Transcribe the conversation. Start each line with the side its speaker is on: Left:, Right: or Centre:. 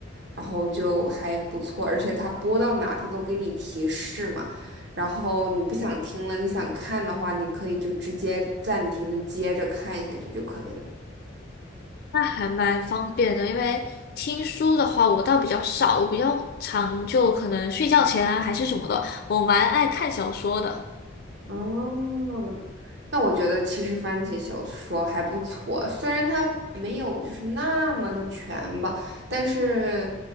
Right: 然后就还不错，而且它播到哪它都给你提示嘛。然后你不想听了，你想看的话，你可以就直接暂停，就接着看下去就可以了。
Left: 那还蛮方便的，因为听书的话，我倒比较少，我比较常就可能睡觉前啊，还是什么的，我蛮爱看小说的。
Right: 哦，那我觉得其实番茄小说还不错，虽然它没有就是那么的全吧，但是